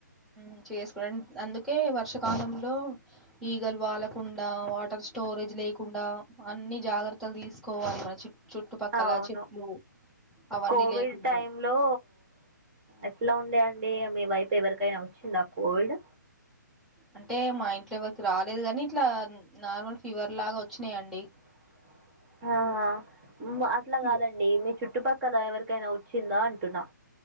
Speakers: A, in the centre; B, on the right (about 25°).
A: ఉ చేసుకోడం అందుకే వర్షకాలంలో ఈగలు వాలకుండా వా వాటర్ స్టోరేజ్ లేకుండా అన్ని జాగ్రత్తలు తీసుకోవాలి మంచి చుట్టుపక్కల
B: అవును
A: చెట్లు అవన్నీ
B: కోవిడ్
A: లేకుండా
B: టైమ్ లో ఎట్లా ఉండే అండి మీ వైపు ఎవరికైనా వచ్చిందా కోవిడ్
A: అంటే మా ఇంట్లో ఎవరికి రాలేదు గాని ఇట్లా నార్మల్ ఫీవర్ లాగా వచ్చినాయండి.
B: <inaudible> ఆహా! అట్లా కాదండి
A: ఇవ్-
B: మీ చుట్టుపక్కల ఎవరికైనా వచ్చిందా అంటున్నా?